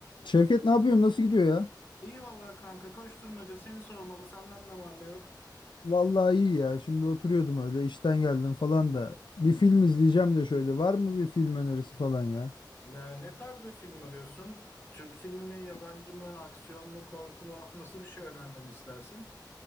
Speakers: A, on the left; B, on the left.
A: Şevket ne yapıyorsun? Nasıl gidiyor ya?
B: İyi vallahi kanka koşturmaca seni sormalı senden ne var ne yok.
A: Vallahi iyi ya. Şimdi oturuyordum öyle işten geldim falan da. Bir film izleyeceğim de şöyle. Var mı bir film önerisi falan ya?
B: Ne, ne tarz bir film arıyorsun? Türk filmi mi, yabancı
A: Şu-
B: mı, aksiyon mu, korku mu? Nasıl bir şey önermemi istersin?